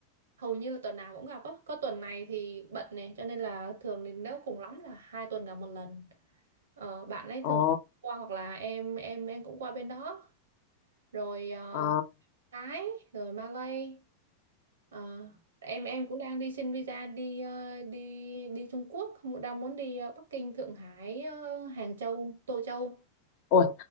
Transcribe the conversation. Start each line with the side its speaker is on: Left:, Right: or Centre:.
Right: hầu như là tuần nào cũng gặp á có tuần này thì bận này cho nên là thường thì nếu cùng lắm là hai tuần gặp một lần ờ, bạn ấy
Left: ồ
Right: thường qua hoặc là em em em cũng qua bên đó rồi ờ,
Left: ờ
Right: Thái rồi Malay Ờ, em em cũng đang đi xin visa đi ờ, đi đi Trung Quốc đang muốn đi ờ, Bắc Kinh Thượng Hải ờ, Hàng Châu Tô Châu
Left: ôi